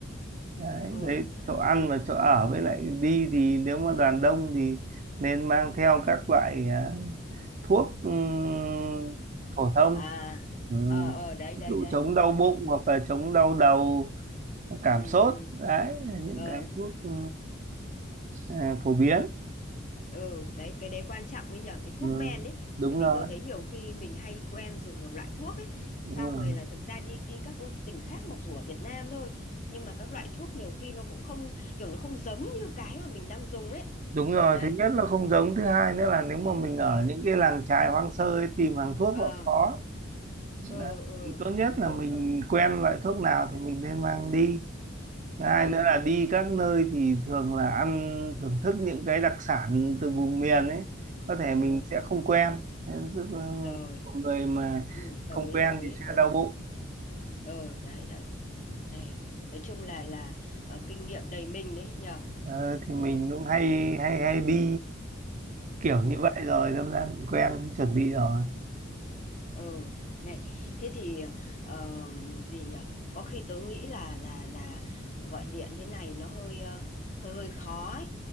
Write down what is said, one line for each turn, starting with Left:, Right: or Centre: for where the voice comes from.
Right: đấy
Left: ừ
Right: đấy chỗ ăn
Left: này
Right: và chỗ ở với lại đi thì nếu mà đoàn đông thì nên mang theo các loại à, thuốc ừm, phổ thông
Left: à
Right: ừ.
Left: ờ ờ đấy
Right: ví
Left: đấy
Right: dụ
Left: đấy
Right: chống đau bụng
Left: cậu
Right: hoặc là chống đau đầu cảm
Left: ừ
Right: sốt
Left: ừ
Right: đấy là những
Left: ờ
Right: cái thuốc ừ, à, phổ biến
Left: Ừ, đấy cái đấy quan trọng ấy nhờ cái thuốc
Right: ừ.
Left: men ấy
Right: đúng
Left: bởi vì
Right: rồi
Left: tôi thấy nhiều khi mình hay quen dùng một loại thuốc ấy
Right: đúng
Left: xong
Right: rồi
Left: rồi là thực ra đi đi các tỉnh khác mặc dù ở Việt Nam thôi nhưng mà các loại thuốc nhiều khi nó cũng không kiểu nó không giống như cái mà mình đang dùng ấy
Right: đúng rồi
Left: đấy
Right: thứ nhất là không giống thứ hai nữa là nếu mà mình ở những cái làng chài hoang sơ ấy, tìm hàng thuốc
Left: ờ
Right: là khó Đấy.
Left: ừ ừ
Right: thì tốt nhất là
Left: đúng
Right: mình
Left: đúng
Right: quen loại thuốc nào thì mình nên mang đi Thứ hai
Left: ờ
Right: nữa là đi các nơi thì thường là ăn thưởng thức những cái đặc sản từ vùng miền ấy có thể mình
Left: ờ
Right: sẽ không quen Thế rất là
Left: rồi
Right: nhiều người mà
Left: ừ, đồng
Right: không
Left: ý
Right: quen
Left: đồng ý
Right: thì sẽ
Left: đúng
Right: đau bụng
Left: ờ đấy đấy này nói chung là là ờ, kinh nghiệm đầy mình đấy nhờ
Right: Ờ,
Left: ờ,
Right: thì mình cũng hay hay hay đi kiểu
Left: ừ.
Right: như vậy rồi đâm ra mình quen cũng chuẩn bị rồi
Left: Ừ, này, thế thì ờ, gì nhỉ? Có khi tớ nghĩ là là là gọi điện thế này nó hơi ờ, hơi hơi khó ấy.